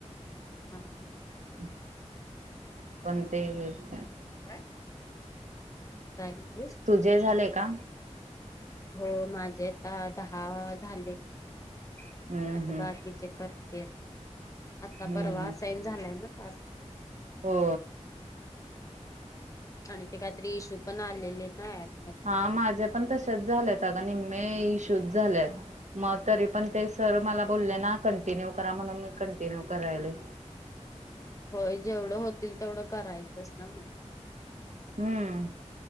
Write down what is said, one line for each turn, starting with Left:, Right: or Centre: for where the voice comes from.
Right: <inaudible>
Left: हा हा.
Right: पण ते हेच
Left: हाय काय म्हटलीस
Right: तुझे झाले का
Left: हो माझे आता दहा झालेत
Right: हम्म
Left: आता
Right: हम्म
Left: बाकीचे करते. आता
Right: हम्म
Left: परवा
Right: हम्म
Left: सेंड झालेयं ना टास्क
Right: हो
Left: आणि ते काहीतरी इश्यू पण आलेले ना अँप
Right: हा माझे पण तसेच झालेत अग निम्मे इशूज झालेत. मग तरी पण ते सर मला बोलले ना कंटिन्यू करा म्हणून मी कंटिन्यू करायलयं
Left: होय जेवढं होतील तेवढं करायचंच ना मग
Right: हम्म